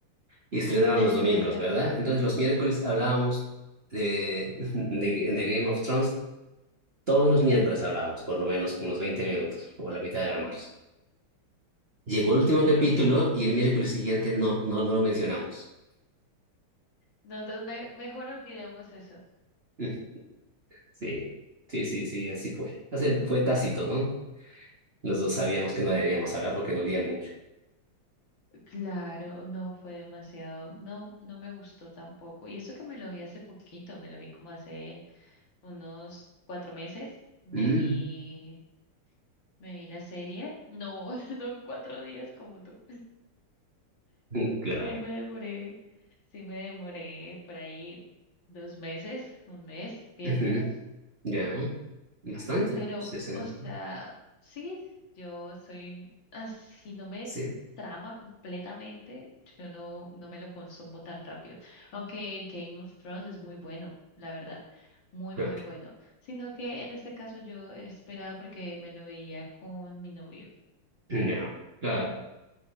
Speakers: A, on the right; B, on the left.
A: y estrenaban
B: <laughs>
A: los domingos, ¿verdad? Entonces los miércoles hablábamos de, <laughs> de, de Game of Thrones, todos los miércoles hablábamos, por lo menos unos 20 minutos o la mitad del almuerzo. Llegó el último capítulo
B: Ok.
A: y el miércoles siguiente no, no, no lo mencionamos.
B: Nosotros me- mejor olvidemos eso.
A: Mm, Sí, sí, sí, sí, así fue. O sea, fue tácito, ¿no? Los dos sabíamos que no debíamos hablar porque dolía mucho.
B: Claro, no fue demasiado, no, no me gustó tampoco. Y eso que me lo vi hace poquito, me lo vi como hace unos cuatro meses, me
A: Mm,
B: vi, me vi la serie, no, <laughs> no cuatro días como tú.
A: <laughs> mm, claro.
B: Sí me demoré, sí me demoré por ahí dos meses, un mes viéndolo.
A: Ujú, Ya, bastante.
B: Pero,
A: Pues, es
B: o
A: un-
B: sea, sí, yo soy así, no me
A: Sí.
B: trama completamente, yo no, no me lo consumo tan rápido. Aunque Game of Thrones es muy bueno, la verdad, muy,
A: claro.
B: muy bueno. Sino que en este caso yo esperaba porque me lo veía con mi novio.
A: Ya, claro.